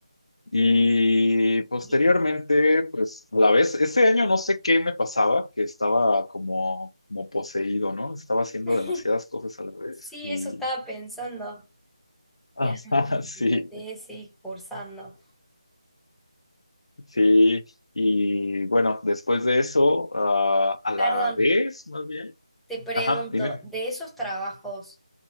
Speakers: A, on the left; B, in the centre.
A: Y posteriormente,
B: Y-
A: pues a la vez, ese año no sé qué me pasaba, que estaba como, como poseído, ¿no? Estaba haciendo
B: <laughs>
A: demasiadas cosas a la vez
B: Sí,
A: y...
B: eso estaba pensando.
A: Ajá,
B: Y además con
A: <laughs> sí,
B: la tesis, cursando.
A: sí. Y bueno, después de eso, ah, a la
B: Perdón,
A: vez, más bien.
B: Te pregunto,
A: Ajá, dime.
B: de esos trabajos,